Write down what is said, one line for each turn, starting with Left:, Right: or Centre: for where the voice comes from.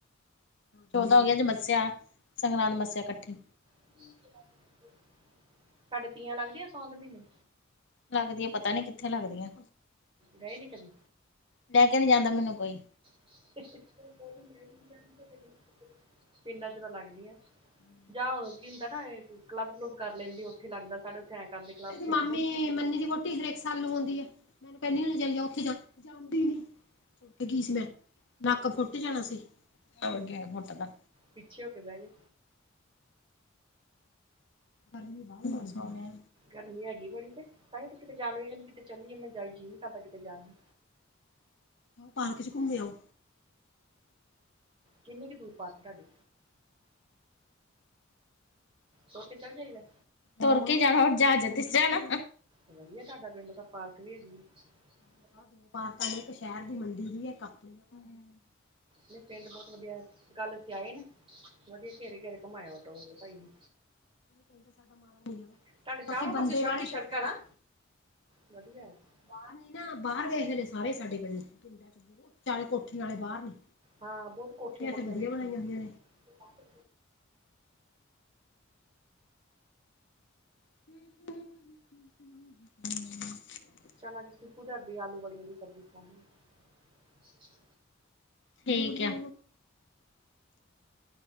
Left: ਚੌਦਾਂ ਹੋਗੀ ਅਜ ਮੱਸਿਆ। ਸੰਗਰਾਂਦ-ਮੱਸਿਆ ਕੱਠੀ।
Right: <unintelligible> ਤਾਡੇ ਤੀਆਂ ਲੱਗਦੀਆਂ ਸੋਨ ਦੇ ਮਹੀਨੇ 'ਚ?
Left: ਲੱਗਦੀਆ ਪਤਾ ਨੀ ਕਿੱਥੇ ਲੱਗਦੀਆਂ।
Right: ਗਏ ਨੀ ਕਦੇ।
Left: ਲੈ ਕੇ ਨੀ ਜਾਂਦਾ ਮੈਨੂੰ ਕੋਈ।
Right: <unintelligible> ਪਿੰਡਾਂ ਚ ਤਾਂ ਲੱਗਦੀਆਂ।
Left: <inaudible>
Right: ਜਾਂ ਹੁਣ ਕੀ ਹੁੰਦਾ ਨਾ ਕਲੱਬ ਕਲੁੱਬ ਕਰ ਲੈਂਦੀ ਉੱਥੇ ਲੱਗਦਾ ਸਾਡੇ ਉੱਥੇ ਐਂ ਕਰਦੇ ਕਲੱਬ
Left: ਏਦੀ
Right: ਚ
Left: ਮਾਮੀ
Right: ਇੱਕ ਦਿਨ
Left: ਮੰਨੀ ਦੀ ਵੋ ਟੀ ਹਰੇਕ ਸਾਲ ਨੂੰ ਲਵਾਉਂਦੀ ਐ ਮੈਨੂੰ ਕਹਿੰਦੀ ਏ ਉੱਥੇ ਚਲੀ ਜਾ ਜਾਂਦੀ ਨੀ ਫੁੱਟ ਗੀ ਸੀ ਮੈਂ ਨੱਕ ਫੁੱਟ ਜਾਣਾ ਸੀ ਔ ਕਿਵੇਂ ਫੁੱਟਦਾ।
Right: ਪਿੱਛੇ ਹੋ ਕੇ ਬੈਜੋ।
Left: ਬਸ ਹੋ ਗਿਆ
Right: ਗਰਮੀ ਹੈਗੀ ਬੜੀ ਤੇ <unintelligible> ਕਿਤੇ ਚੰਨੀਏ ਮੈਂ <unintelligible> ਤਾਡਾ ਕਿਤੇ ਜਾਨ ਨੂੰ।
Left: ਪਾਰਕ 'ਚ ਘੁੰਮ ਆਉ।
Right: ਕਿੰਨੀ ਕੁ ਦੂਰ ਪਾਸ ਤੁਹਾਡੇ ਤੁਰ ਕੇ ਚੱਲ ਜਾਈਦਾ
Left: ਤੁਰ ਕੇ ਜਾਣਾ ਹੋਰ ਜਹਾਜ਼ ਤੇ ਜਾਣਾ।
Right: ਵਧੀਆ ਤੁਹਾਡਾ ਪਿੰਡ ਤਾਂ ਪਾਰਕ ਵੀ ਹੈਗੀ।
Left: ਦੋ
Right: <inaudible>
Left: ਪਾਰਕਾਂ ਨੇ ਇੱਕ ਸ਼ਹਿਰ ਦੀ ਮੰਡੀ ਦੀ ਇੱਕ ਆਪਣੀ ਆ ਘਰ
Right: ਨਈ ਪਿੰਡ ਬੋਤ ਵਧੀਆ ਗੱਲ ਅਸੀਂ ਆਈ ਨਾ ਵਧੀਆ ਘੇਰੇ-ਘੇਰੇ ਘੁੰਮਾਇਆ ਔਟੋ ਭਾਈ ਨੇ
Left: ਪਿੰਡ ਸਾਡਾ ਮਾੜਾ ਨੀ ਹੈਗਾ
Right: ਤੁਹਾਡੇ ਚਾਰੋਂ ਪਾਸੇ
Left: ਬੰਦੇ
Right: ਸੜਕ
Left: ਬਾਲੇ
Right: ਹੀ ਸੜਕਾਂ
Left: ਛੱਕਰ
Right: ਨਾ
Left: ਆ।
Right: ਵਧੀਆ <inaudible>
Left: ਨਾ ਬਾਹਰ ਗਏ ਹੋਏ ਨੇ ਸਾਰੇ ਸਾਡੇ ਪਿੰਡ ਦੇ ਚਾਲੇ ਕੋਠੀਆਂ ਵਾਲੇ ਬਾਹਰ ਨੇ
Right: ਹਾਂ ਬੋਤ ਕੋਠੀਆਂ-ਕੋਠੀਆਂ
Left: ਇੱਥੇ ਵਧੀਆ
Right: ਦੇਖੀਆਂ
Left: ਬਣਾਈਆਂ
Right: ਨੇ।
Left: ਹੋਈਆਂ
Right: ਅਤੇ
Left: <inaudible>
Right: ਚਲ ਅ ਸ਼ਪੂ ਦੇ ਹੱਥ ਦੀ ਆਲੂ ਵੜੀਆਂ ਦੀ ਸਬਜ਼ੀ ਸਣਾ ਦੇ
Left: ਠੀਕ ਆ।